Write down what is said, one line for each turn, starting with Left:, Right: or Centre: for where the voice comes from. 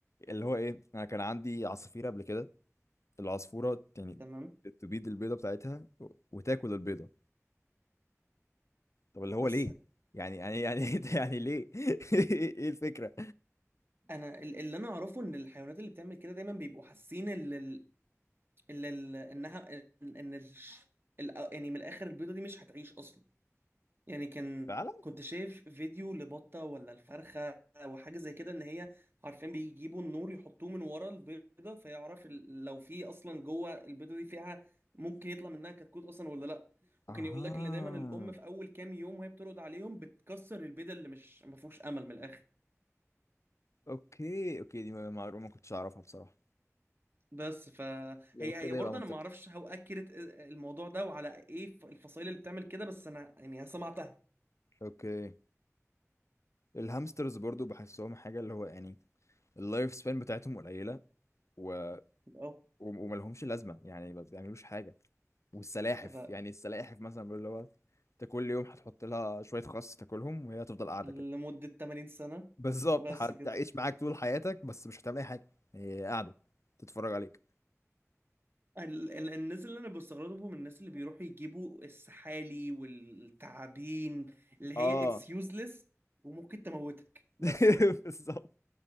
Left: اللي هو ايه انا كان عندي عصافير قبل كده العصفورة يعني
Right: تمام
Left: تبيض البيضة بتاعتها و- وتاكل البيضة طب اللي هو
Right: بس
Left: ليه يعني يعني يعني <laughs> يعني ليه <laughs> ايه الفكرة
Right: انا ال- اللي انا اعرفه ان الحيوانات اللي بتعمل كده دايما بيبقوا حاسين ان ال- ان ال- انها ان إن الش- ال- يعني من الاخر البيضة دي مش هتعيش اصلا يعني كان
Left: فعلا
Right: كنت شايف فيديو لبطة ولا الفرخة أو حاجة زي كده إن هي عارفين بيجيبوا النور يحطوه من ورا البيضة فيعرف ال- لو في أصلا جوه البيضة دي فيها ممكن يطلع منها كتكوت أصلا ولا لأ
Left: اها
Right: وكان يقول لك إن دايما الأم في أول كام يوم وهي بترقد عليهم بتكسر البيضة اللي مش ما فيهوش أمل من الآخر
Left: اوكي اوكي دي معلومة ما كنتش اعرفها بصراحة
Right: بس فهي
Left: لو
Right: هي
Left: كده
Right: هي برضه
Left: يبقى منطقي
Right: انا ما اعرفش هو اكيرت الموضوع ده وعلى ايه الفصائل اللي بتعمل كده بس انا يعني سمعتها
Left: اوكي الهامسترز برضو بحسهم حاجة اللي هو يعني اللايف سبان بتاعتهم قليلة و...
Right: اه
Left: و... وملهمش لازمة يعني ما بيعملوش حاجة والسلاحف
Right: أنا
Left: يعني السلاحف مثلا بيقول اللي هو انت كل يوم هتحط لها شوية خس تاكلهم وهي هتفضل قاعدة
Right: لمدة
Left: كده
Right: 80 سنة
Left: <laughs> بالظبط
Right: وبس
Left: هتعيش
Right: كده
Left: معاك طول حياتك بس مش هتعمل أي حاجة هي قاعدة تتفرج عليك
Right: ال- ال- الناس اللي انا بستغربهم الناس اللي بيروحوا يجيبوا السحالي والتعابين اللي هي
Left: اه
Right: اتس يوزلس وممكن تموتك بس
Left: <laughs>
Right: كده
Left: بالظبط